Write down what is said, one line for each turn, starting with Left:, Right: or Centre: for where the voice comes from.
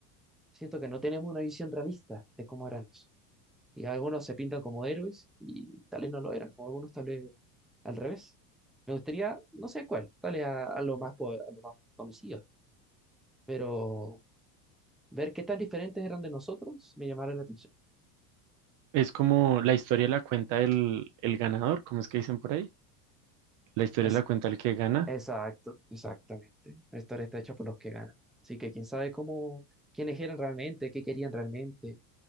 Centre: siento que no tenemos una visión realista de cómo eran eso. Y algunos se pintan como héroes y tal vez no lo eran, o algunos tal vez al revés. Me gustaría, no sé cuál, tal vez a, a lo más, po- a lo más conocido, pero ver qué tan diferentes eran de nosotros me llamaron la atención.
Right: Es como la historia la cuenta el, el ganador, ¿cómo es que dicen por ahí. La historia
Centre: Es
Right: la cuenta el que gana.
Centre: Exacto, exactamente. La historia está hecha por los que ganan. Así que quién sabe cómo, quiénes eran realmente, qué querían realmente.